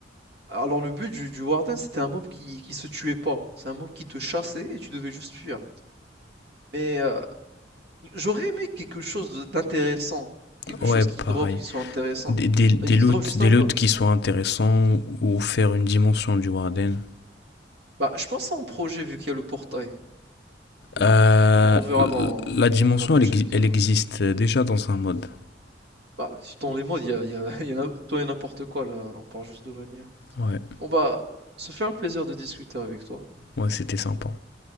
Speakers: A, on the right; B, on the left.
A: Alors le but du, du Warden, c'était un mob qui, qui se tuait pas. C'est un mob qui te chassait et tu devais juste fuir. Mais euh, j'aurais aimé quelque chose de- d'intéressant, quelque
B: Ouais,
A: chose
B: pareil.
A: qui drop, qui soit intéressant.
B: Des, des, des
A: Bah, il
B: loots,
A: il drop juste
B: des
A: un bloc.
B: loots qui soient intéressants ou faire une dimension du Warden.
A: Bah je pense à un projet vu qu'il y a le portail. Mais
B: Euh,
A: bon, on on verra dans,
B: la dimension,
A: dans la prochaine
B: elle, exi-
A: mise
B: elle
A: à jour.
B: existe déjà dans un mode.
A: Bah, dans les modes, il y a, il y a, <laughs> il y en a tout et n'importe quoi là. On parle juste de Vanilla.
B: Ouais,
A: Bon bah, ça fait un plaisir de discuter avec toi.
B: ouais, c'était sympa.